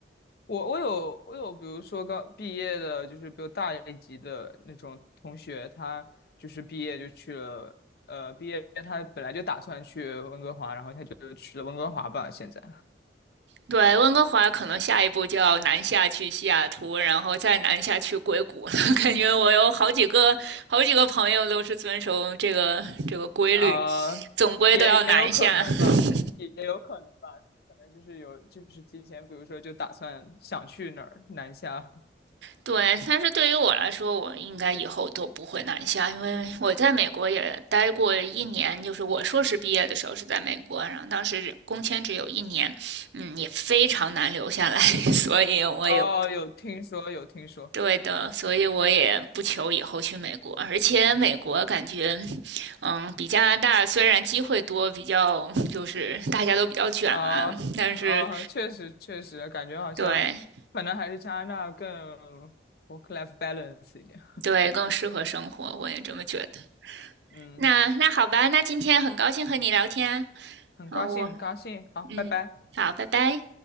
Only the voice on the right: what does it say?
对，温哥华可能下一步就要南下去西雅图，然后再南下去硅谷了。<laughs> 感觉我有好几个好几个朋友都是遵守这个这个规律，
总归都要南下。
<laughs>
对，但是对于我来说，我应该以后都不会南下，因为我在美国也待过一年，就是我硕士毕业的时候是在美国，然后当时工签只有一年，嗯，也非常难留下来，<laughs> 所以我也
对的，所以我也不求以后去美国，而且美国感觉，嗯，比加拿大虽然机会多，比较就是大家都比较卷啊，
但是
对
对更适合生活，我也这么觉得。
那那好吧，那今天很高兴和你聊天
啊，好我
嗯，
好，拜拜。